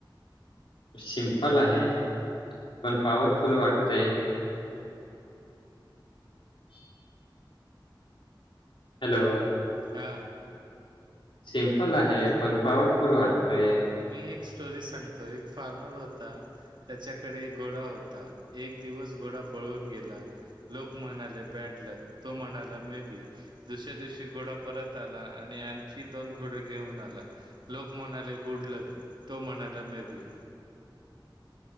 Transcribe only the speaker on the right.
हा.
मी एक स्टोरी सांगतो एक फार्मर होता त्याच्याकडे एक घोडा होता. एक दिवस घोडा पळून गेला. लोक म्हणाले बॅड लक तो म्हणाला मे बी दुसऱ्या दिवशी घोडा परत आला आणि आणखी दोन घोडे घेऊन आला लोक म्हणाले गुड लक तो म्हणाला मे बी.